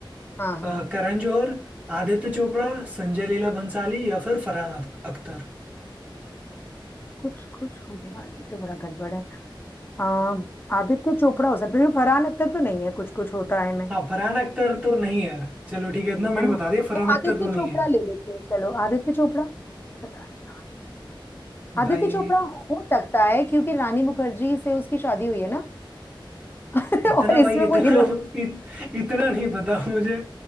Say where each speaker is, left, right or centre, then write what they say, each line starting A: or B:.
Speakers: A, on the left; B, on the right.
A: हाँ हाँ
B: अ, करण जौहर आदित्य चोपड़ा संजय लीला भंसाली या फिर फरहान अख- अख्तर
A: कुछ कुछ होने वाला ये तो बड़ा गड़बड़ है आम, आदित्य चोपड़ा हो सकता है लेकिन फरहान अख्तर तो नहीं है कुछ कुछ होता है मैं
B: हाँ फरहान अख्तर तो नहीं है चलो ठीक है इतना मैंने
A: है ना
B: बता दिया फरहान
A: तो आदित्य
B: अख्तर तो
A: चोपड़ा
B: नहीं है
A: ले लेते हैं चलो आदित्य चोपड़ा पता नहीं
B: भाई
A: आदित्य चोपड़ा हो सकता है क्योंकि रानी मुखर्जी से उसकी शादी हुई है ना <laughs>
B: इतना
A: और इसमें
B: भाई इतना
A: वो हीरो <laughs>
B: इत, इतना नहीं पता मुझे